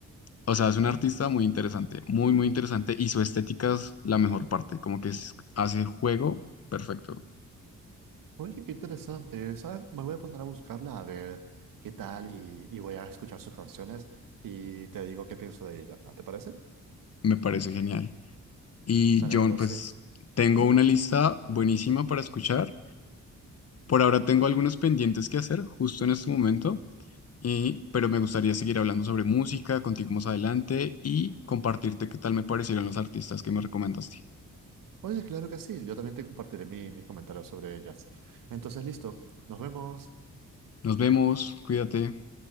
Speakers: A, on the left; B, on the right.
A: O sea, es un artista muy interesante, muy, muy interesante y su estética es la mejor parte, como que es- hace juego perfecto,
B: Oye, qué interesante. ¿sabes? Me voy a poner a buscarla a ver qué tal y, y voy a escuchar sus canciones y te digo qué pienso de ella. ¿Te parece?
A: me parece genial. Y
B: Dale,
A: John,
B: entonces,
A: pues tengo
B: dímelo.
A: una lista buenísima para escuchar. Por ahora tengo algunos pendientes que hacer justo en este momento, Y, pero me gustaría seguir hablando sobre música contigo más adelante y compartirte qué tal me parecieron los artistas que me recomendaste.
B: Oye, claro que sí. Yo también te compartiré mi, mi comentario sobre ellas. Entonces, listo. Nos vemos.
A: Nos vemos, cuídate.